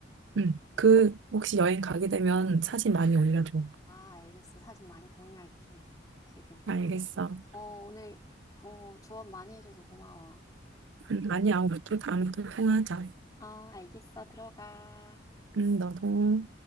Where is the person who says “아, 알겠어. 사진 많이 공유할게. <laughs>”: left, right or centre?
Left